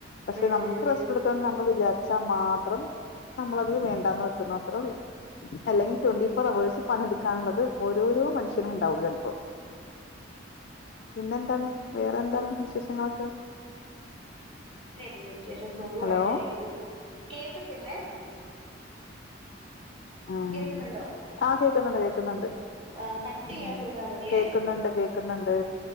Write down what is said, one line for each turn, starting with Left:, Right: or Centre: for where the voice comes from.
Left: പക്ഷെ
Right: ഉം
Left: നമ്മക്ക് റെസ്റ്റെട്ക്കണന്ന്
Right: ഉം ഉം
Left: നമ്മൾ വിചാ ച്ചാ മാത്രം നമ്മളത് വേണ്ടാന്ന് വെക്ക്ന്നു അത്രേ ഒള്ളൂ അല്ലെങ്കി ട്വന്റി ഫോർ അവേഴ്സ് പണിട്ക്കാന്ള്ളത് ഓരോരോ മനുഷ്യനുംണ്ടാവും ചെൽപ്പോ പിന്നെന്താണ് വേറെ എന്താണ് വിശേഷങ്ങളൊക്കെ
Right: ങ്ങനെയൊക്കെന്നെ വിശേഷം സുഖവായിട്ടിരിക്കുന്നു,
Left: ഹലോ
Right: കേക്കത്തില്ലേ
Left: ആഹ്
Right: കേക്കുന്നുണ്ടോ
Left: ആഹ്‌ കേക്ക്ന്ന്ണ്ട് കേക്ക്ന്ന്ണ്ട്
Right: ആഹ് കട്ട് ചെയ്യാതിരുന്നാ
Left: ഉം
Right: മതിയേ
Left: കേക്ക്ന്ന്ണ്ട് കേക്ക്ന്ന്ണ്ട്